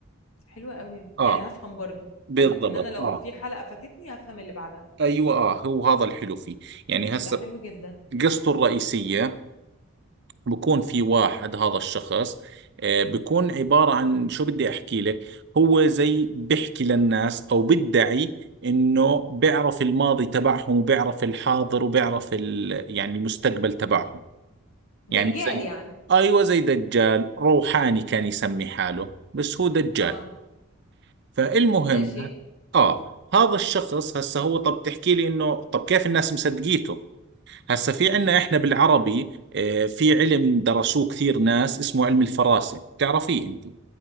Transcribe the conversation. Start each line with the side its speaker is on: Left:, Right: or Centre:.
Left: حلوة قوي
Right: اه
Left: يعني هفهم برضو
Right: بالضبط
Left: قصدك ان انا لو
Right: اه
Left: في حلقة فاتتني هفهم اللي بعدها
Right: ايوه اه هو هذا الحلو فيه يعني
Left: ده
Right: هسه
Left: حلو جدا
Right: قصته الرئيسية بكون في واحد هذا الشخص آه، بكون عبارة عن شو بدي أحكي لك هو زي بحكي للناس أو بدعي إنه بيعرف الماضي تبعهم وبيعرف الحاضر وبيعرف ال... يعني المستقبل تبعهم
Left: دجال
Right: يعني زي
Left: يعني
Right: أيوة زي دجال روحاني كان يسمي حاله بس هو دجال
Left: اه
Right: فالمهم
Left: ماشي
Right: آه هذا الشخص هسه هو طب تحكي لي إنه طب كيف الناس مصدقيته هسا في عنا احنا بالعربي آه، في علم درسوه كثير ناس اسمه علم الفراسة بتعرفيه انت